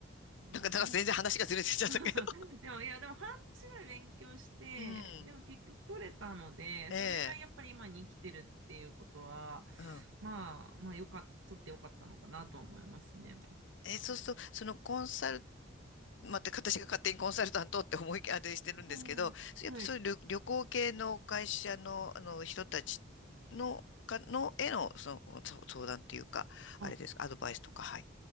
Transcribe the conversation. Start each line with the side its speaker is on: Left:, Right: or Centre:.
Right: そうで、
Left: なんか、なんか全然話がずれてきちゃったけど。
Right: 半 <laughs> でも、いや、でも半年ぐらい勉強して、
Left: うん。
Right: でも結局取れたので、
Left: ええ。
Right: それがやっぱり今に生きてるっていうことは、
Left: うん。
Right: まあ、まあ、よかっ、取ってよかったのかなとは思いますね。
Left: えーそうすると、そのコンサル、また私が勝手にコンサルタントって思いあれしてるんですけど、
Right: はい。うん。
Left: やっぱそういう旅、
Right: はい。
Left: 旅行系の会社の、あの人たちの、か、の、への、その、そ相談っていうか、
Right: あ
Left: あれですか、アドバイスとか、はい。